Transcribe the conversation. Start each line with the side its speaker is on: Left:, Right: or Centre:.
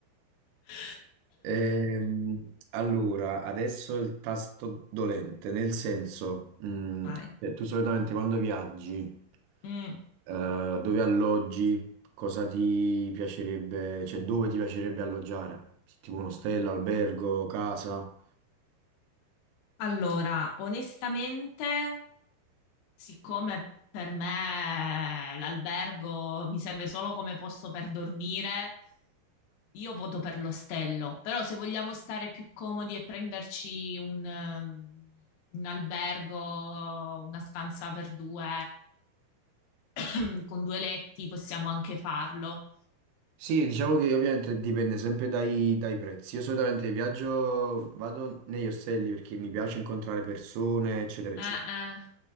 Left: <coughs>
Right: Ehm, allora, adesso il tasto dolente, nel senso, mm,
Left: Vai.
Right: cioè, tu solitamente quando viaggi...
Left: Mm.
Right: Eh, dove alloggi? Cosa ti piacerebbe, cioè dove ti piacerebbe alloggiare? Tipo un ostello, albergo, casa?
Left: Allora, onestamente, siccome per me l'albergo mi serve solo come posto per dormire, io voto per l'ostello. Però se vogliamo stare più comodi e prenderci un, eh, un albergo, una stanza per due, <coughs> con due letti, possiamo anche farlo.
Right: Sì, diciamo che ovviamente dipende sempre dai, dai prezzi. Io solitamente viaggio, vado negli ostelli perché mi piace incontrare persone, eccetera, eccetera.
Left: Ah, ah,